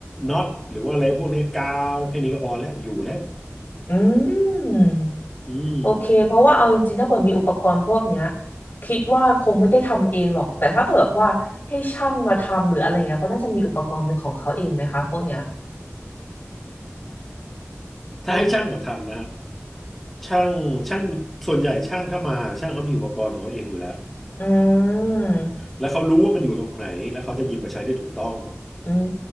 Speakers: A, in the centre; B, on the left (about 40°).
A: น็อตหรือว่าอะไรพวกนี้กาวแค่นี้ก็พอแล้วอยู่แล้ว
B: อืม
A: อืม
B: โอเคเพราะว่าเอาจริงๆถ้าเปิดมีอุปกรณ์พวกเนี้ยคิดว่าคงไม่ได้ทำเองหรอกแต่ถ้าเปิดว่าให้ช่างมาทำหรืออะไรเงี้ยเขาน่าจะมีอุปกรณ์เป็นของเขาเองไหมคะพวกเนี้ย
A: ถ้าให้ช่างมาทำนะ
B: อืม
A: ช่างช่างมีส่วนใหญ่ช่างถ้ามาช่างเขามีอุปกรณ์ของเขาเองอยู่แล้ว
B: อืม
A: แล้วเขารู้ว่ามันอยู่ตรงไหนแล้วเขาจะหยิบมาใช้ได้ถูกต้อง
B: อื